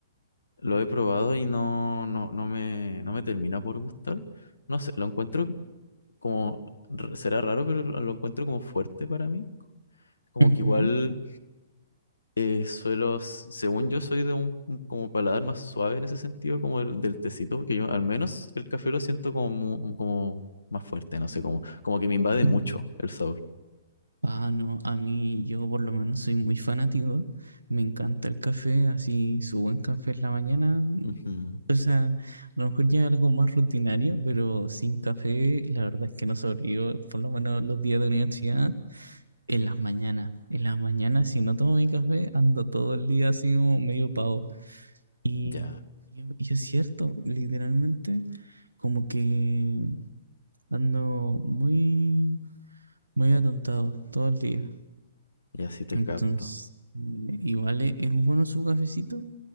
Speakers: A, on the left; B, on the right.
A: Lo he probado y no, no, no me, no me termina por gustar. No sé, lo encuentro como, r- será raro, pero lo encuentro como fuerte para mí. Como
B: Ujú,
A: que igual eh, suelo, s- según yo soy de un, un como paladar más suave en ese sentido, como el del tecito, porque yo al menos el café lo siento como, mu- como más fuerte, no sé, como, como que me invade
B: mm.
A: mucho el sabor.
B: Ah, no, a mí yo por lo menos soy muy fanático. Me encanta el café, así su buen café en la mañana.
A: Ujú,
B: O sea, a lo mejor ya algo más rutinario, pero sin café, la verdad es que no sobrevivo, por lo menos los días de universidad, en las mañanas. En las mañanas, si no tomo mi café, ando todo el día así como medio pavo. Y,
A: Ya,
B: y- y es cierto, literalmente, como que ando muy, muy atontado todo el día.
A: ya sí te
B: Entonces,
A: capto.
B: igual es, es bueno su cafecito,